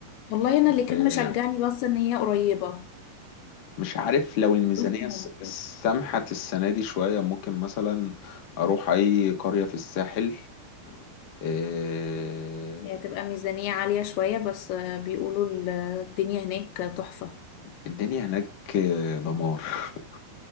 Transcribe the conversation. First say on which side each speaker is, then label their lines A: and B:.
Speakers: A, on the left; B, on the left.
A: والله انا اللي كان
B: آه،
A: مشجعني بس ان هي قريبة
B: مش عارف لو الميزانية
A: قلت ممكن
B: س- سمحت السنة دي شوية ممكن مثلا أروح أي قرية في الساحل آه،
A: هي هتبقى ميزانية عالية شوية بس آه، بيقولوا ال- الدنيا هناك تحفة
B: الدنيا هناك آه، دمار <laughs>